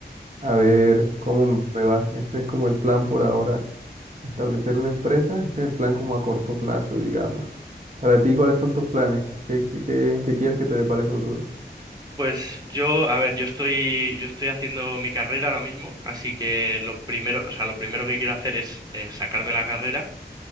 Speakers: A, on the right (about 45°); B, on the right (about 20°).
A: a ver cómo me va. Ese es como el plan por ahora, establecer una empresa, ese es el plan como a corto plazo, digamos. Para ti, ¿cuáles son tus planes? ¿Qué, qué, qué- qué quieres que te depare el futuro?
B: Pues yo, a ver, yo estoy, yo estoy haciendo mi carrera ahora mismo, así que lo primero, o sea, lo primero que quiero hacer es eh, sacarme la carrera